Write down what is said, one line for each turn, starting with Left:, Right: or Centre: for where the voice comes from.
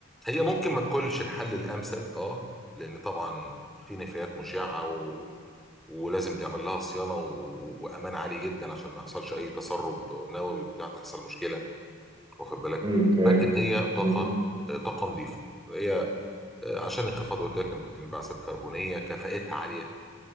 Centre: هي ممكن ما تكونش الحل الامثل اه لان طبعا في نفايات مشعه و... ولازم تعمل لها صيانه و... وامان عالي جدا عشان ما يحصلش اي تسرب نووي وبتاع تحصل مشكله واخد بالك
Right: امم تمام
Centre: لكن هي طاقه
Right: امم
Centre: آه، طاقه نظيفه هي آه، عشان انخفاض قلت لك الانبعاثات الكربونيه كفاءتها عاليه